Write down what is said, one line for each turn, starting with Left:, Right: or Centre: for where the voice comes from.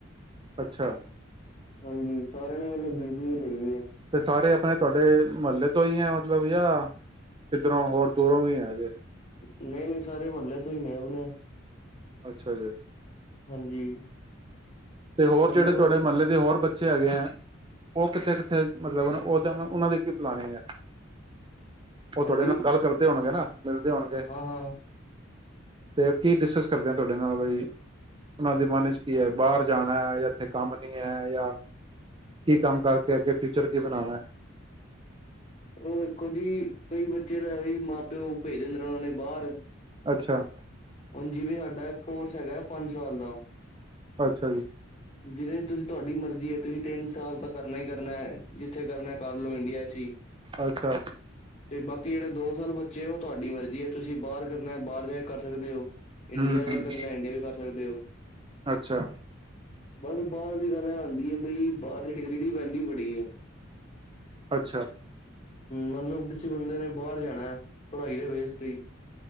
Right: ਅੱਛਾ
Left: ਹਾਂਜੀ ਸਾਰਿਆਂ ਨੇ ਮਤਲਬ ਬੀ ਸੀ ਏ ਲਈ ਹੋਈ ਐ।
Right: ਤੇ ਸਾਰੇ ਆਪਣੇ ਤੁਹਾਡੇ ਮੁਹੱਲੇ ਤੋਂ ਹੀ ਹੈ ਮਤਲਬ ਜਾਂ ਕਿੱਧਰੋਂ ਹੋਰ ਦੂਰੋਂ ਵੀ ਹੈਗੇ।
Left: ਨਹੀਂ ਨਹੀਂ ਸਾਰੇ ਮਹੱਲੇ ਤੋਂ ਹੀ ਨੇ, ਔ ਨੇ
Right: ਅੱਛਾ ਜੀ
Left: ਹਾਂਜੀ
Right: ਤੇ ਹੋਰ
Left: ਮਤਲਬ
Right: ਜਿਹੜੇ ਤੁਹਾਡੇ ਮਹੱਲੇ ਦੇ ਹੋਰ ਬੱਚੇ ਹੈਗੇ ਹੈ। ਔ ਕਿਥੇ ਕਿੱਥੇ, ਮਤਲਬ ਔ ਔਨਾਂ ਦੀ ਕੀ ਪਲਾਨਿਗ ਹੈ। ਔ
Left: ਹਾਂਜੀ
Right: ਤੁਹਾਡੇ ਨਾਲ ਗੱਲ ਕਰਦੇ ਹੋਣਗੇ ਨਾ ਮਿਲਦੇ ਹੋਣਗੇ।
Left: ਹਾਂ ਹਾਂ
Right: ਤੇ ਕੀ ਡਿਸਕਸ ਕਰਦੇ ਆ ਤੁਹਾਡੇ ਨਾਲ, ਬਈ ਉਹਨਾਂ ਦੇ ਮਨ ਚ ਕੀ ਹੈ, ਬਾਹਰ ਜਾਣਾ ਹੈ, ਜਾਂ ਇੱਥੇ ਕੰਮ ਨੀ ਹੈ, ਜਾਂ ਕੀ ਕੰਮ ਕਰਕੇ ਅੱਗੇ ਫਿਊਚਰ ਕੀ ਬਣਾਉਣਾ ਹੈ।
Left: ਉਹ ਇੱਕੋ ਜੀ ਕਈ ਬੱਚੇ ਤਾਂ ਵੀ ਮਾਂ ਪਿਓ ਭੇਜ ਦਿੰਦੇ ਨੇ ਉਹਨਾਂ ਨੇ ਬਾਹਰ
Right: ਅੱਛਾ।
Left: ਉਂਜ ਜਿਵੇਂ ਸਾਡਾ ਕੋਰਸ ਹੈਗਾ, ਪੰਜ ਸਾਲ ਦਾ
Right: ਅੱਛਾ ਜੀ।
Left: ਜਿਹਦੇ ਤੁਸੀਂ ਤੁਹਾਡੀ ਮਰਜ਼ੀ ਹੈ, ਤੁਸੀਂ ਤਿੰਨ ਸਾਲ ਤਾਂ ਕਰਨਾ ਹੀ ਕਰਨਾ, ਜਿੱਥੇ ਕਰਨਾ ਕਰ ਲਓ ਇੰਡੀਆ ਚ ਹੀ।
Right: ਅੱਛਾ।
Left: ਤੇ ਬਾਕੀ ਜਿਹੜੇ ਦੋ ਸਾਲ ਬੱਚੇ ਆ, ਉਹ ਤੁਹਾਡੀ ਮਰਜ਼ੀ ਹੈ ਤੁਸੀਂ ਬਾਹਰ ਕਰਨਾ ਬਾਹਰ ਜਾ ਕੇ ਕਰ ਸਕਦੇ ਹੋ। ਇੰਡੀਆ
Right: ਹਮ
Left: ਦਾ
Right: ਹਮ
Left: ਵੀ ਕਰਨਾ ਇੰਡੀਆ ਵੀ ਸਕਦੇ ਹੋ
Right: ਅੱਛਾ।
Left: ਬਸ ਬਾਹਰ ਦੀ ਗੱਲ ਇਹ ਆਉਂਦੀ ਹੈ, ਬਈ ਬਾਹਰ ਦੀ ਡਿਗਰੀ ਦੀ ਵੈਲਿਊ ਬੜੀ ਹੈ।
Right: ਅੱਛਾ।
Left: ਮਤਲਬ ਕਿਸੇ ਬੰਦੇ ਨੇ ਬਾਹਰ ਜਾਣਾ ਹੈ, ਪੜ੍ਹਾਈ ਦੇ ਬੇਸ ਤੇ ਹੀ।